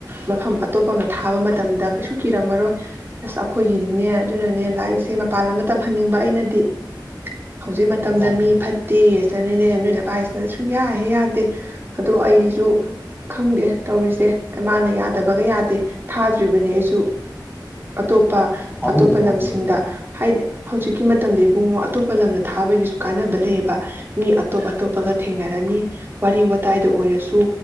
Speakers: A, on the right; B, in the centre.
A: ꯃꯐꯝ ꯑꯇꯣꯞꯄ ꯑꯃ ꯊꯥꯕ ꯃꯇꯝꯗ ꯀꯩꯁꯨ ꯀꯤꯔꯝꯃꯔꯣꯏ ꯑꯁ ꯑꯩꯈꯣꯏꯒꯤꯗꯤꯅꯦ ꯑꯗꯨꯅꯅꯦ ꯂꯥꯏꯔꯤꯛꯁꯦ ꯃꯄꯥꯟ ꯑꯃꯗ ꯇꯝꯍꯟꯅꯤꯡꯕ ꯑꯩꯅꯗꯤ ꯍꯧꯖꯤꯛ ꯃꯇꯝꯗ
B: ꯃꯥꯅꯤ
A: ꯃꯤ ꯐꯠꯇꯦ ꯑꯗꯅꯤꯅꯦ ꯅꯣꯏ ꯅꯚꯥꯏꯁꯤꯅ ꯁꯨꯡꯌꯥ ꯍꯦꯛ ꯌꯥꯗꯦ ꯑꯗꯣ ꯑꯩꯁꯨ ꯈꯪꯗꯦ ꯇꯧꯔꯤꯁꯦ ꯃꯅꯥ ꯌꯥꯗꯕꯒ ꯌꯥꯗꯦ ꯊꯥꯗ꯭ꯔꯤꯕꯅꯦ ꯑꯩꯁꯨ ꯑꯇꯣꯞ
B: ꯊꯥꯕꯤꯌꯨ
A: ꯑꯇꯣꯞꯄ
B: ꯊꯥꯕꯤꯌꯨ
A: ꯂꯝꯁꯤꯡꯗ ꯍꯥꯏꯗꯤ ꯍꯧꯖꯤꯛꯀꯤ ꯃꯇꯝꯗ ꯢꯕꯨꯡꯉꯣ ꯑꯇꯣꯞꯄ ꯂꯝꯗ ꯊꯥꯕꯒꯤꯁꯨ ꯀꯥꯟꯅꯕ ꯂꯩꯌꯦꯕ ꯃꯤ ꯑꯇꯣꯞ ꯑꯇꯣꯞꯄꯒ ꯊꯦꯡꯅꯔꯅꯤ ꯋꯥꯔꯤ ꯋꯥꯇꯥꯏꯗ ꯑꯣꯏꯔꯁꯨ